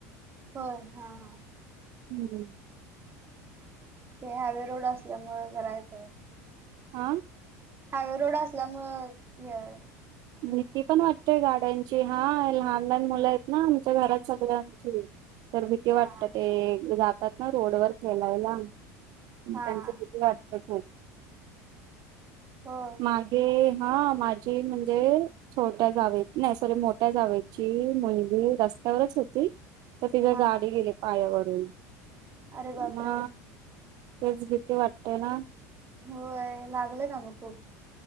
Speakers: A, on the right (about 25°); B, on the right (about 55°).
A: हो, हा हा.
B: हम्म.
A: ते हायवे रोड असल्यामुळे जरा येतय.
B: आं.
A: हायवे रोड असल्यामुळ हे हाय.
B: भीती पण वाटतेय गाड्यांची हा लहान लहान मुलं आहेत. ना आमच्या
A: होय.
B: घरात सगळ आमची तर भीती वाटत
A: हा हा
B: ते जातात ना रोडवर खेळायला त्यांच्यासाठी
A: हा हा
B: वाटपत होती
A: हो
B: मागे हा माझी म्हणजे छोट्या जावे नाही सॉरी मोठ्या जावेची मुलगी रस्त्यावरच होती तर तिच्या
A: हा
B: गाडी
A: हा
B: गेली पायावरून
A: अरे बापरे
B: ना तेच भीती वाटते ना
A: होय लागलंय का मग खूप?